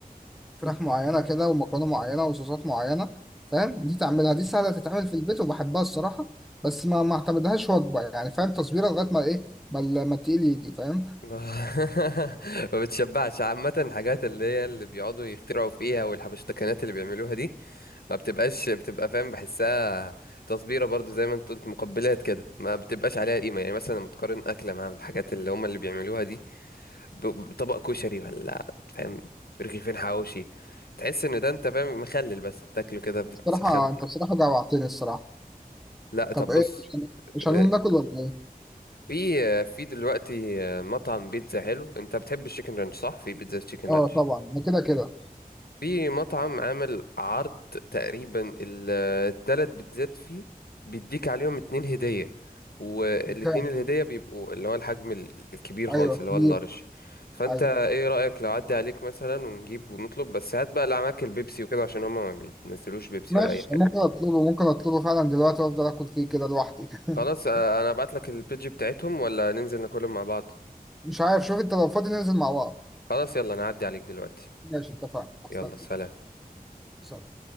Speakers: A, in the centre; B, on the left.
A: معينة كده ومكرونة معينة وصوصات معينة فاهم دي تعملها دي سهلة تتعمل في البيت وبحبها الصراحة بس ما ما اعتمدهاش وجبة يعني فاهم تصبيرة لغاية ما إيه ما ال- ما التقيل يجي فاهم
B: <laughs> ما بتشبعش عامة الحاجات اللي هي اللي بيقعدوا يخترعوا فيها والحبشتكنات اللي بيعملوها دي ما بتبقاش بتبقى فاهم بحسها تصبيرة برضو زي ما انت قلت مقبلات كده ما بتبقاش عليها قيمة يعني مثلا لما تقارن أكلة مع الحاجات اللي هم اللي بيعملوها دي ب- بطبق كشري ولا فاهم رغيفين حواوشي تحس ان ده انت فاهم مخلل بس بتاكله كده بتسخن
A: الصراحة
B: بيه
A: أنت الصراحة جوعتني الصراحة
B: لا
A: طب
B: طب
A: إيه
B: بص
A: مش هن- مش
B: آه،
A: هنقوم ناكل ولا إيه؟
B: في آه، في دلوقتي آه، مطعم بيتزا حلو انت بتحب الشيكن رانش صح في بيتزا تشيكن
A: اه
B: رانش
A: طبعا ده كده كده
B: في مطعم عامل عرض تقريبا ال- التلات بيتزات فيه بيديك عليهم اتنين هدية والاتنين
A: كام
B: الهدية بيبقوا اللي هو الحجم ال- الكبير خالص
A: ايوه كبير
B: اللي هو اللارج فانت
A: ايوه
B: ايه رأيك لو عدى عليك مثلا ونجيب ونطلب بس هات بقى اللي معاك البيبسي وكده عشان هما ما بينزلوش بيبسي
A: ماشي
B: ولا اي حاجة
A: ممكن اطلبه ممكن اطلبه فعلا دلوقتي وافضل اكل فيه كده لوحدي <laughs>
B: خلاص آه، انا ابعت لك البيج بتاعتهم ولا ننزل ناكلهم مع بعض
A: مش عارف شوف انت لو فاضي ننزل مع بعض
B: خلاص يلا انا هعدي عليك دلوقتي
A: ماشي اتفقنا
B: يلا
A: استنى
B: سلام
A: سلام